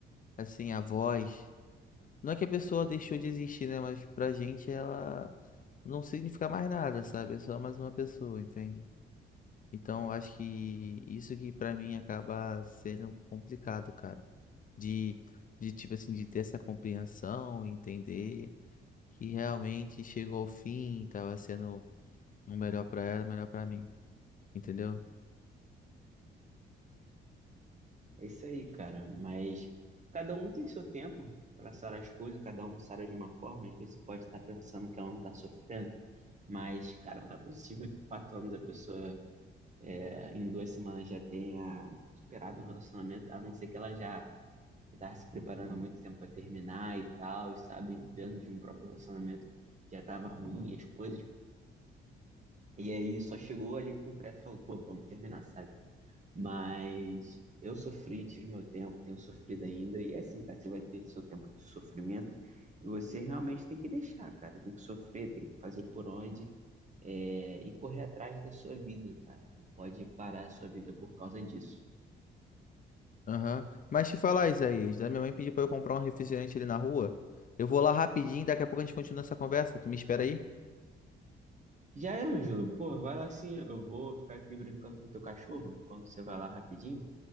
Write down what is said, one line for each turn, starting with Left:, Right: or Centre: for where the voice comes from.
Left: assim, a voz. Não é que a pessoa deixou de existir, né? Mas pra gente ela não significa mais nada, sabe? É só mais uma pessoa, entende? Então, eu acho que isso que pra mim acaba sendo complicado, cara. De, de tipo assim, de ter essa compreensão, entender que realmente chegou ao fim, tava sendo o melhor pra ela, o melhor pra mim, entendeu?
Right: É isso aí, cara. Mas cada um tem seu tempo para sarar as coisas, cada um sara de uma forma. Às vezes você pode estar pensando que ela não está sofrendo, mas, cara, não é possível que em quatro anos a pessoa, é, em duas semanas, já tenha superado um relacionamento, a não ser que ela já estava se preparando há muito tempo para terminar e tal, e sabe, dentro de um próprio relacionamento já estava ruim as coisas. E aí só chegou ali concreto falando, pô, vamos terminar, sabe? Mas eu sofri, tive meu tempo, tenho sofrido ainda. E é assim, cara, você vai ter seu tempo de sofrimento e você realmente tem que deixar, cara. Tem que sofrer, tem que fazer por onde é, e correr atrás da sua vida, cara. Não pode parar a sua vida por causa disso.
Left: Aham. Mas te falar, Isaías, né? Minha mãe pediu pra eu comprar um refrigerante ali na rua. Eu vou lá rapidinho, daqui a pouco a gente continua essa conversa. Tu me espera aí?
Right: Já é, Ângelo, pô, vai lá assim, eu vou ficar aqui brincando com o teu cachorro enquanto você vai lá rapidinho.